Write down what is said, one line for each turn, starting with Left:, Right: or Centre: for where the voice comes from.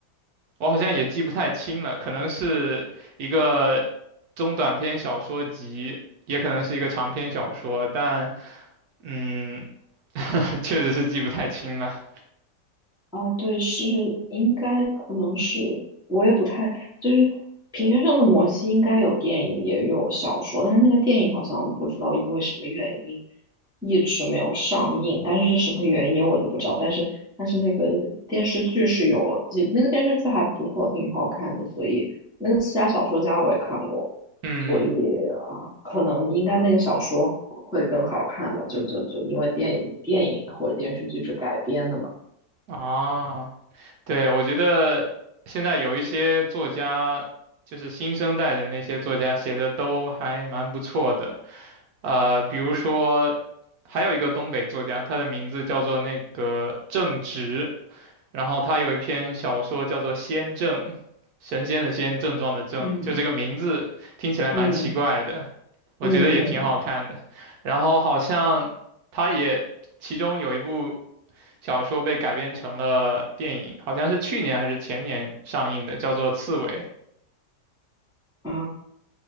Right: 我好像也记不太清了，可能是一个中短篇小说集，也可能是一个长篇小说，但嗯，<laughs> 确实是记不太清了。
Centre: 啊，对，是应该可能是我也不太，就是平原上的摩西应该有电影也有小说，但是那个电影好像不知道因为什么原因一直没有上映，但是是什么原因我就不知道。但是但是那个电视剧是有了，记那个电视剧还不错，挺好看的，所以那个《刺杀小说家》我也看过，
Right: 嗯，
Centre: 所以啊，可能应该那个小说会更好看吧，就就就因为电影电影或者电视剧是改编的嘛，
Right: 啊，对，我觉得现在有一些作家，就是新生代的那些作家写的都还蛮不错的，呃，比如说还有一个东北作家，他的名字叫做那个郑直，然后他有一篇小说叫做《仙症》，神仙的仙，症状的症，
Centre: 嗯。
Right: 就这个名字听起来蛮奇怪的，
Centre: 嗯。
Right: 我觉得也挺好看的。
Centre: 嗯嗯
Right: 然后好像他也其中有一部小说被改编成了电影，好像是去年还是前年上映的，叫做《刺猬》。
Centre: 啊，